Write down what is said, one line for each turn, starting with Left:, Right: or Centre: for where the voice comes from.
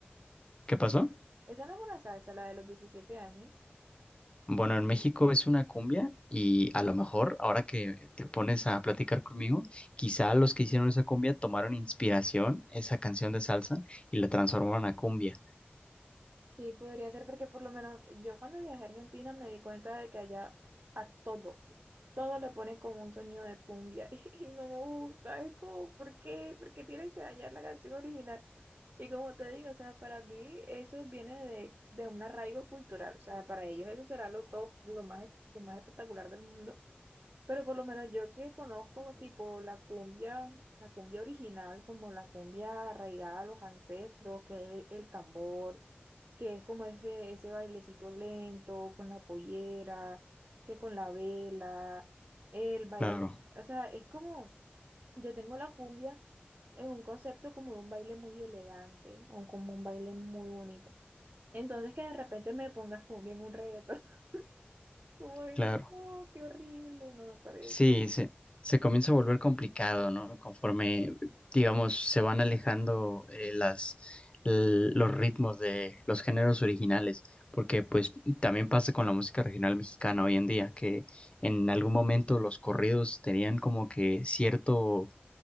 Left: ¿qué pasó?
Right: esa no es una salsa, la de los 17 años.
Left: Bueno, en México es una cumbia y a lo mejor ahora que te pones a platicar conmigo, quizá los que hicieron esa cumbia tomaron inspiración, esa canción de salsa, y la transformaron a cumbia.
Right: Sí, podría ser porque por lo menos yo cuando viajé a Argentina me di cuenta de que allá a todo, todo le ponen como un sonido de cumbia <laughs> y, no me gusta, es como, ¿por qué? ¿Por qué tienes que dañar la canción original? Y como te digo, o sea, para mí eso viene de, de un arraigo cultural, o sea, para ellos eso será lo top, lo más, lo más espectacular del mundo. Pero por lo menos yo que conozco tipo la cumbia, la cumbia original, como la cumbia arraigada a los ancestros, que es el, el tambor, que es como ese, ese bailecito lento, con la pollera, que con la vela, el baile,
Left: Claro,
Right: o sea, es como, yo tengo la cumbia en un concepto como de un baile muy elegante, o como un baile muy bonito. Entonces que de repente me pongas cumbia en un reto <laughs> como de,
Left: claro.
Right: no, qué horrible, no me parece.
Left: Sí, se, se comienza a volver complicado, ¿no? Conforme, digamos, se van alejando eh, las, l- los ritmos de los géneros originales, porque pues también pasa con la música regional mexicana hoy en día, que en algún momento los corridos tenían como que cierto